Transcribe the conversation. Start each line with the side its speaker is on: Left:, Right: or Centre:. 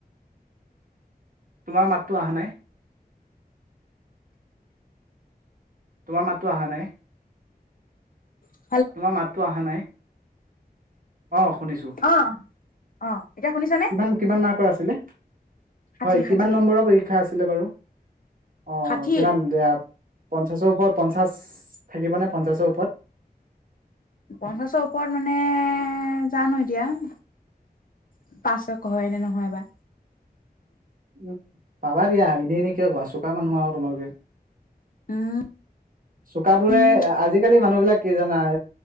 Right: তোমাৰ মাততো অহা নাই তোমাৰ মাতটো অহা নাই
Left: উ <unintelligible>
Right: তোমাৰ মাততো অহা নাই অ শুনিছোঁ
Left: অ অ এতিয়া শুনিছানে
Right: কিমান কিমান মাৰ্কৰ আছে? ছিলে
Left: ষাঠি
Right: হয়
Left: ষাঠি
Right: কিমান নম্বৰৰ পৰীক্ষা আছে? ছিলে বাৰু অ
Left: ষাঠি
Right: কিমান বেয়া পঞ্চাশৰ ওপৰত পঞ্চাশ থাকিব নে পঞ্চাছৰ ওপৰত
Left: পঞ্চাশৰ ওপৰত মানে জানো এতিয়া পাছত হয়', নে', নহয়', বা
Right: উম', পাবা দিয়া ইনে আনে কিয় কোৱা, চোকা মানুহ আৰু তোমালোকে।
Left: উম',
Right: চুকাবোৰে
Left: উম
Right: আজিকালি মানুহ বিলাক কি জানা,